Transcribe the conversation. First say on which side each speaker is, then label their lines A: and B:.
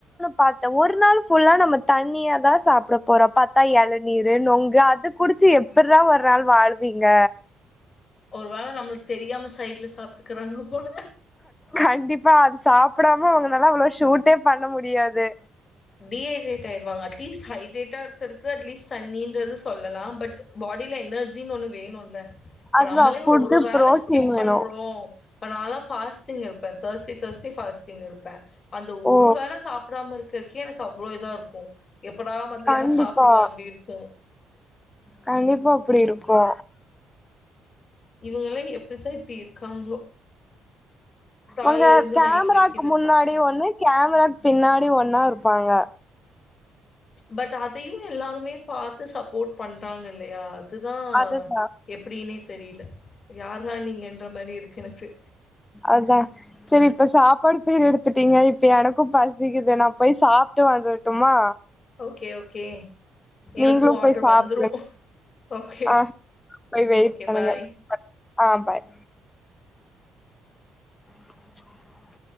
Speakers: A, on the left; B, on the left.
A: பாத்தா ஒரு நாள் ஃபுல்லா நம்ம தண்ணியாதான் சாப்பட போறோம் பாத்தா இளநீரு நொங்கு அது குடிச்சு எப்ட்ற ஒரு நாள் வாழ்வீங்க
B: ஒரு வேள நம்மளுக்கு தெரியாம சைடு்ல சாப்ட்டுக்குறாங்க போல
A: கண்டிப்பா அது சாப்படாம அவங்க நாலா அவ்வளவு ஷூட்டே பண்ண முடியாது
B: டீஹைடரேட் ஆயிருவாங்க ப்ளீஸ் ஹட்ரேட்டா இருகறதுக்கு அட்லீஸ்ட தண்ணின்றத சொல்லலாம் பட் பாடியில எனர்ஜின்னு ஒன்று வேணும் இப்ப
A: அதுதா
B: நம்மலே
A: ஃபுட்டு
B: ஒரு வேள
A: புரோட்டீன்
B: ஸ்கிப்
A: வேணு
B: பண்றோம் இப்ப நால பாஸ்டிங் இருப்பேன் தேர்ஸ்டே தேர்ஸ்டே பாஸ்டிங் இருப்பேன்ர அந்த
A: ஓ
B: ஒரு வேளை சாப்பிடாம இருக்கு இருக்கே எனக்கு அவ்வளோ இதான் இருக்கும் எப்படா மத்தியானம்
A: கண்டிப்பா
B: சாப்பிடுவேன் அப்படி இருக்கும்
A: கண்டிப்பா அப்படி இருக்கும்கோ
B: இவங்களாம் எப்படித்தான் இப்படி இருக்காங்களோ காலைல
A: உங்க
B: இருந்து
A: கேமராக்கு
B: நைட் வரைக்கு இத
A: முன்னாடி
B: சாப்பட்றோ
A: ஒண்ணு கேமராக்கு பின் வாங்க
B: பட் அதையும் எல்லாருமே பார்த்து சப்போர்ட் பண்றாங்க இல்லையா அதுதான்
A: அதுதா
B: எப்படனே தெரியல யாரா நீங்க என்ற மாதிரி இரு எனனச்சு
A: அதான் சரி இப்ப சாப்பாடு போயர் எடுத்துட்டீங்க இப்ப எனக்கும் பசிக்குது நான் போய் சாப்பிட்டு வந்துட்டுமா
B: ஓகே ஓகே
A: நீங்களும்
B: எனக்கும் ஆர்டர்
A: போய் சாப்பங்க
B: வந்துரும். ஓகே,
A: ஆஹ்ய் வெய்ட்
B: ஓகே
A: பண்ணுங்க
B: பாய்.
A: ஆஹ் பாய் <inaudible>